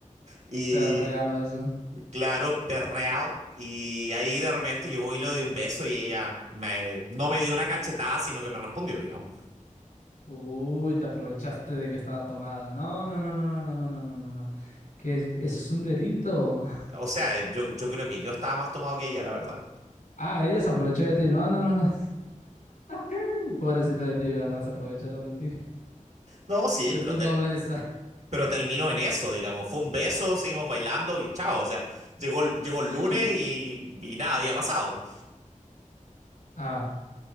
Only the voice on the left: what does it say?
Perréalo eso.
Uy, te aprovechaste de que estaba tomada. No, no, no, no, no, no, no, no, no, no. no. Que es- eso es un delito. <laughs>
Ah, ella se aprovechó de ti. No, no, no, no. <laughs> Pobrecito de ti, ¿verdad? Se aprovecharon de ti.
de
tu nobleza.
¿Y?
Ah,